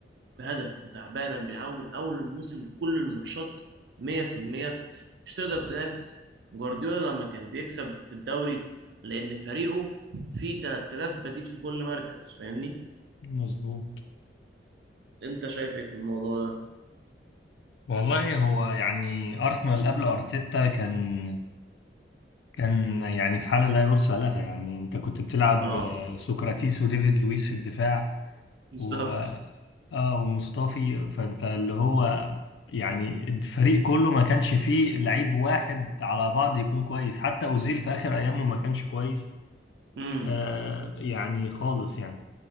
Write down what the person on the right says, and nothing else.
بهدف وتعبانة بيلعبوا من أول الموسم كل الماتشات 100% مش تقدر تنافس جوارديولا لما كان بيكسب الدوري لأن فريقه فيه 3000 بديل في كل مركز فاهمني؟
أنت شايف إيه في الموضوع ده؟
آه
بالظبط
امم